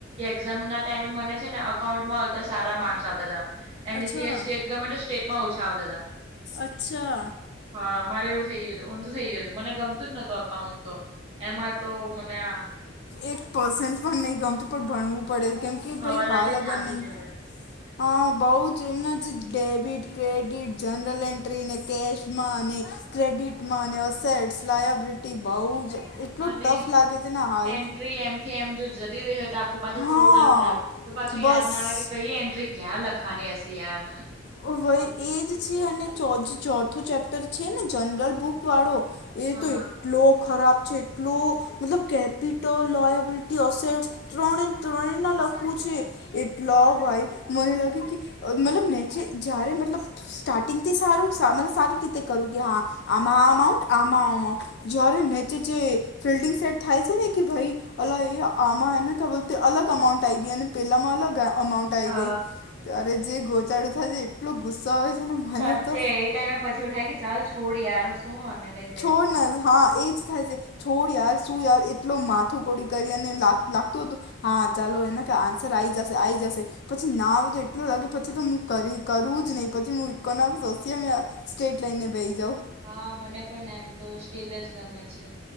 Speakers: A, on the right (about 30°); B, on the left (about 55°).
A: એક્ઝામ ના ટાઈમે મને છે ને અકાઉન્ટમાં આવતા સારા માર્ક્સ આવતા હતા. એના
B: અચ્છા
A: શિવાય સ્ટેટ ગમે તો સ્ટેટમાં ઓછા આવતા હતા.
B: અચ્છા
A: હા મારે એવું થઇ ગીયું હતું ઊંધું થઇ ગીયું હતું મને ગમતું <unintelligible> એકાઉન્ટ તો એમાં તો મને- -
B: એક પર્સન્ટ પણ નહી ગમતું પણ ભણવું પડે કેમ કે
A: હવાલાથી
B: ભાઈ હા લગનને
A: થાકી જવાય
B: હા બહુ જ એમના જ ડેબિટ, ક્રેડિટ, જનરલ, એન્ટ્રી અને કેશમાં ક્રેડિટમાં અને અસેટ્સ, લાયાબિલિટી બહુ જ એટલો
A: અને
B: ટફ લાગે છે ને હાલ
A: એન્ટ્રી એમથી એમ જો જતી રહી તો પાછું
B: હા
A: ટોટલ ખરાબ તો પાછું
B: બસ
A: યાદ ના આવે કે કઈ એન્ટ્રી ક્યાં લખવાની હશે યાર
B: ભાઈ એજ છે અને ચોથો ચેપ્ટર છે ને જનરલ બુક વાળો એ
A: હા
B: તો
A: હા
B: એટલો ખરાબ છે એટલો મતલબ કેપિટલ લયાબિલિટી અસેટ્સ- ત્રણેય ત્રણેય ના લગતુ છે એટલા ભાઈ મને લાગે મતલબને જયારે મતલબ સ્ટાર્ટિંગ થી સારું સારી રીતે કરું કે હા આમાં આ અમાઉન્ટ આમાંઆ અમાઉન્ટ જ્યારે નીચે જે ફિલ્ડિંગ સેટ થાય છે ને કે ભાઈ અલા એ આમાં હાને કે બોલતે અલગ અમાઉન્ટ આઈ ગયા અને પેલામાં અલગ અમાઉન્ટ કંટાઈ
A: અ
B: ગઈ, ત્યારે જે ગોટાળો થાય છે. એટલો ગુસ્સો આવે છે ને, મને
A: સાચે
B: તો
A: એ ટાઈમે પછી એવુ થાય કે પછી ચાલ છોડ યાર શું આને લઈને બેસવું
B: છોડ ને હા એજ થાય છે. છોડ યાર શું યાર એટલો માથું કોડી કરી અને લાગતું હતું. હા, ચાલો એટલે કે આન્સર આવી આવી જશે. પછી ના આવે તો એટલું લાગે પછી તો હું કરી કરું નહી પછી <unintelligible> સ્ટ્રેટ લઈનને બેસી જાઉ.
A: હા, મને પણ એમ તો સ્ટેટ જ ગમે છે.